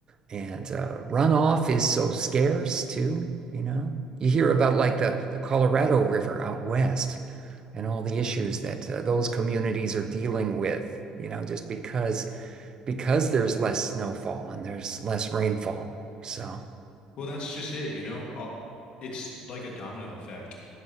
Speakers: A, on the right; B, on the left.
A: and uh, runoff is so scarce too, you know. You hear about like the the Colorado River out west and all the issues that uh, those communities are dealing with, you know, just because because there's less snowfall and there's less rainfall. So,
B: Well, that's just it, you know. Uh, It's like a domino effect